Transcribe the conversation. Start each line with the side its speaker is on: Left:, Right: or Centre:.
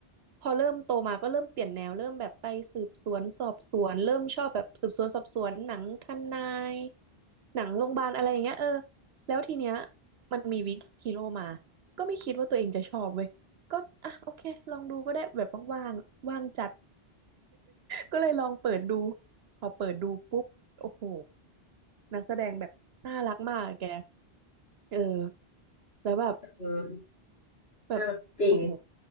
Right: พอเริ่มโตมาก็เริ่มเปลี่ยนแนวเริ่มแบบไปสืบสวนสอบสวนเริ่มชอบแบบสืบสวนสอบสวนหนังทนายหนังโรงพยาบาลอะไรอย่างเงี้ยเออแล้วทีเนี้ยมันมีวิกฮีโร่มาก็ไม่คิดว่าตัวเองจะชอบเว้ยก็อ่ะโอเคลองดูก็ได้แบบว่างๆว่างจัด ก็เลยลองเปิดดูพอเปิดดูปุ๊บโอ้โหนักแสดงแบบน่ารักมากอะแกเออแล้วแบบ
Left: เออ
Right: แบบโอ้โห
Left: น่ารักจริง